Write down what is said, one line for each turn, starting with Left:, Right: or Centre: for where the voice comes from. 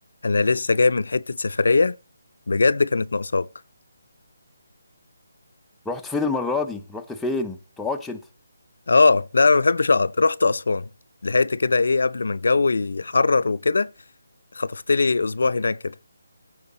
Left: انا لسه جاي من حتة سفرية بجد كانت ناقصاك
Centre: رحت فين المرة دي رحت فين تقعدش انت
Left: اه لا انا ما بحبش اقعد رحت اسوان لحقت كده ايه قبل ما الجو يحرر وكده خطفت لي اسبوع هناك كده